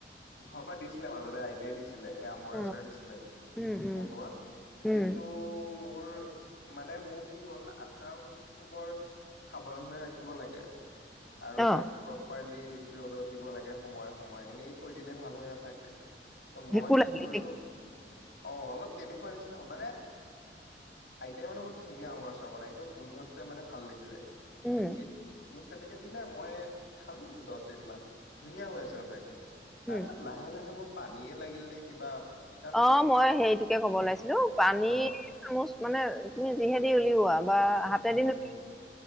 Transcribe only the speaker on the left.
ঘৰ পৰা দিছিলে মাজতে আইতাই দিছিলে দিলে এ আমৰ
আচাৰ দিছিলে
বনোৱা, সেইটু
মোৰ মানে মোৰ কি হ'ল আচাৰ বস্তুটু বৰ সাৱধানে ৰাখিব লাগে। আৰু
তাক প্ৰপাৰলি ৰ'দত দিব লাগে সময়ে সময়ে এনেই থৈ দিলে ভাল হৈ নাথাকে। ত'
মই কি
কৰিলু অ' অলপ তেনেকুৱা নিচিনা হ মানে আইতাই মানে বহুত ধুনীয়া আমৰ আচাৰ বনাই একদম গোন্ধটোৱে মানে ভাল লাগি যায়।
পেকেট মুগ তেনেকে দিলে মই খালু দচ দিন মান, ধুনীয়া হৈ আছে আচাৰখিনি। তাৰপিছত
লাহে লাহে মোক পানীয়ে লাগিল লে কিবা কাৰণ
অ
উম